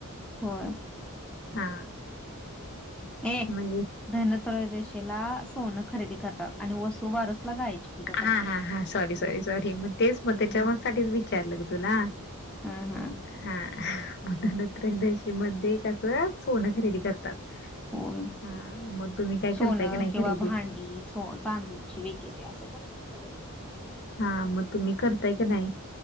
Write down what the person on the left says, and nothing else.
हा
म्हणजे
हा हा हा सॉरी सॉरी सॉरी मग तेच मग
त्याच्या
म साठीच विचारलं ग तुला
ब हा मधनोत्रयदशी मध्ये कसं सोनं खरेदी करतात
हा मग तुम्ही काय
करताय का नाही
खरेदी
हा मग तुम्ही करताय का नाही